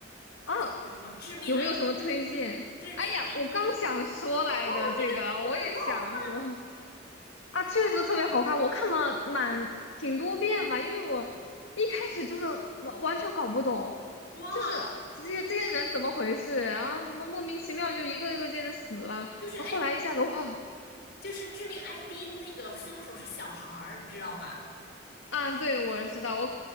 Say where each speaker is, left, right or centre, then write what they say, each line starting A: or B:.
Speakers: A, on the left; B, on the left.
A: 啊？
B: 就是什么致命
A: 有没有什么推荐？
B: ID、致命
A: 哎呀，
B: ID，
A: 我刚想说来着，
B: 哦，
A: 这个我也想说。
B: 这个这个很好看
A: 啊，确实特别好看，我看了蛮挺多遍吧，因为我一开始就是完完全搞不懂，
B: 哇，
A: 就是啊这些这些人怎么回事，然后怎么莫名其妙就一个一个接着死了，
B: 就是哎，
A: 后来一下子哇，
B: 就是致命 ID 那个凶手是小孩儿，你知道吧？
A: 啊，对，我知道，我